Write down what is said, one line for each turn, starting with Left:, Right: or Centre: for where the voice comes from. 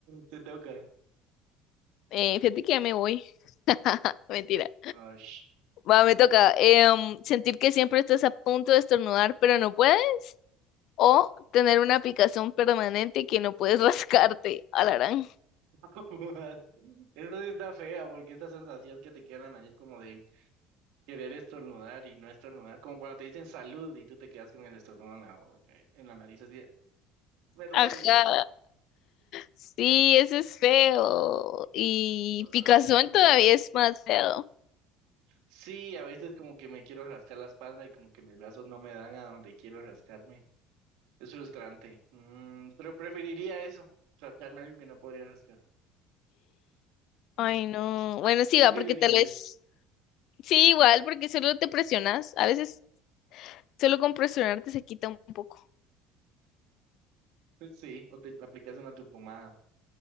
Right: Te toca.
Left: Eh, fíjate que ya me voy. <laughs> Mentira.
Right: Ah, sh-
Left: Va, me toca em, sentir que siempre estás a punto de estornudar, pero no puedes. O tener una picazón permanente que no puedes <laughs> rascarte. Alarán.
Right: <laughs> Eso sí está fea, porque esta sensación que te queda en la nariz como de querer estornudar y no estornudar, como cuando te dicen salud y tú te quedas con el estornudo en la, eh, en la nariz así, de, me duele.
Left: Ajá. Sí, ese es feo. Y
Right: Mm,
Left: Picazón todavía es más feo.
Right: Sí, a veces como que me quiero rascar la espalda y como que mis brazos no me dan a donde quiero rascarme. Es frustrante. Mm, pero preferiría eso, rascarme algo que no podría rascar. <laughs>
Left: Ay, no. Bueno, sí,
Right: ¿Tú
Left: va,
Right: qué
Left: porque
Right: elegirías?
Left: tal vez. Sí, igual, porque solo te presionas. A veces solo con presionarte se quita un poco.
Right: <laughs> Sí, o te aplicas una tu pomada.